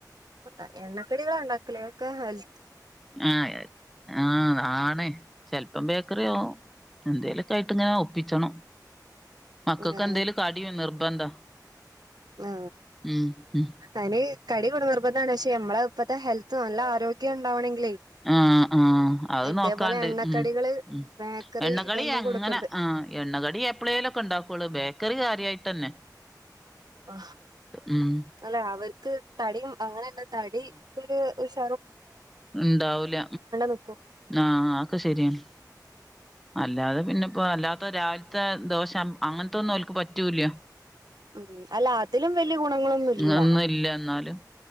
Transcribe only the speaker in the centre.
ആ ആ ആണ് ചെല്പ്പ ഇപ്പം ബേക്കറിയോ എന്തേലൊക്കെ യിട്ട് ഇങ്ങനെ ഒപ്പിച്ചണം മക്കൾക്ക്
എന്തേലും കടി നിർബന്ധ
ഉം ഉം
ആ ആ അത്
നോക്കാണ്ട്
ഉം ഉം
എണ്ണകടി
എങ്ങനെ
ആ എണ്ണകടി എപ്പളേലൊക്കെ ഇണ്ടാക്കൊള്ളു ബേക്കറി കാര്യയിട്ട് ന്നെ
ഉം
ണ്ടാവൂല
ആ അക്കെ ശെരിയാണ് അല്ലാതെ പിന്നെ ഇപ്പോ അല്ലാത്ത രാവിലത്തെ ദോശ അങ്ങനതൊന്നും ന്നുംല്ല ക്ക് പറ്റുഹ് ല
ഒന്നും ഇല്ല എന്നാലും